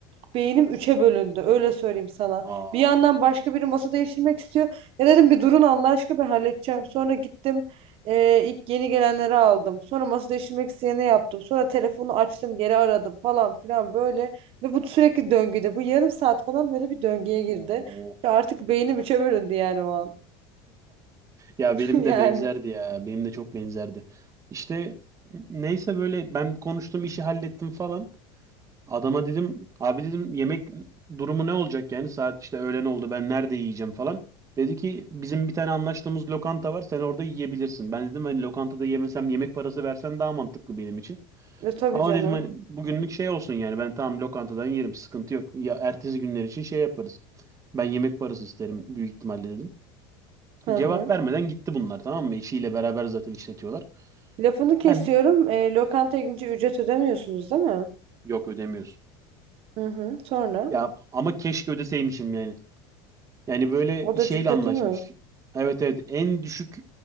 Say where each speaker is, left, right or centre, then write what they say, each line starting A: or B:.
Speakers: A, on the right (about 50°); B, on the right (about 25°).
A: beynim üçe bölündü. Öyle söyleyeyim sana.
B: Aa.
A: Bir yandan başka biri masa değiştirmek istiyor. Ya dedim bir durun Allah aşkına ben halledeceğim. Sonra gittim. Ee, ilk yeni gelenleri aldım. Sonra masada işlemek isteyene yaptım. Sonra telefonu açtım, geri aradım falan filan böyle. Ve bu sürekli döngüde. Bu yarım saat falan böyle bir döngüye girdi.
B: Oo.
A: Ve artık beynim üçe bölündü yani o an.
B: Ya
A: <laughs>
B: benim
A: Yani.
B: de benzerdi ya. Benim de çok benzerdi. İşte neyse böyle ben konuştum işi hallettim falan. Adama dedim abi dedim yemek durumu ne olacak yani saat işte öğlen oldu ben nerede yiyeceğim falan. Dedi ki bizim bir tane anlaştığımız lokanta var sen orada yiyebilirsin. Ben dedim hani lokantada yemesem yemek parası versen daha mantıklı benim için.
A: E, tabii
B: Ama
A: canım.
B: dedim hani bugünlük şey olsun yani ben tamam lokantadan yerim sıkıntı yok. Ya ertesi günler için şey yaparız. Ben yemek parası isterim büyük ihtimalle dedim.
A: Hı hı.
B: Cevap vermeden gitti bunlar tamam mı? Eşiyle beraber zaten işletiyorlar.
A: Lafını kesiyorum.
B: Ben
A: E, lokantaya gidince ücret ödemiyorsunuz değil mi?
B: yok ödemiyorsun.
A: Hı hı. Sonra?
B: Ya ama keşke ödeseymişim yani. Yani böyle
A: Odacı
B: şeyle
A: kötü
B: anlaşmış.
A: mü?
B: Evet evet en düşük